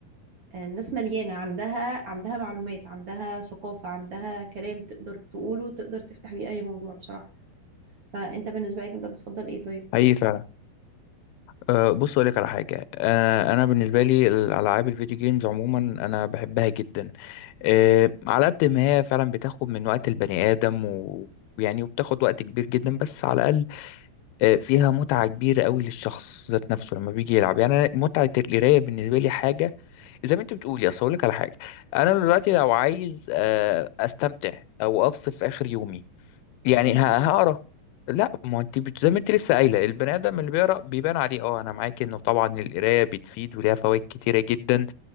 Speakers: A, on the right; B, on the left.
A: الناس مليانة عندها عندها معلومات عندها ثقافة عندها كلام تقدر تقوله تقدر تفتح بيه أي موضوع بصراحة فأنت بالنسبة لك أنت بتفضل إيه طيب؟
B: اي فعلا أه بص اقول لك على حاجه أه انا بالنسبه لي الالعاب الفيديو جيمز عموما انا بحبها جدا أه على قد ما هي فعلا بتاخد من وقت البني ادم و- ويعني وبتاخد وقت كبير جدا بس على الاقل أه فيها متعه كبيره قوي للشخص ذات نفسه لما بيجي يلعب يعني أنا متعه القرايه بالنسبه لي حاجه زي ما انت بتقولي اصل اقول لك على حاجه انا دلوقتي لو عايز أه استمتع او افصل في اخر يومي يعني
A: مم.
B: ه- هقرا لا ما انت بت- زي ما انت لسه قايله البني ادم اللي بيقرا بيبان عليه اه انا معاك انه طبعا القرايه بتفيد وليها فوائد كتيره جدا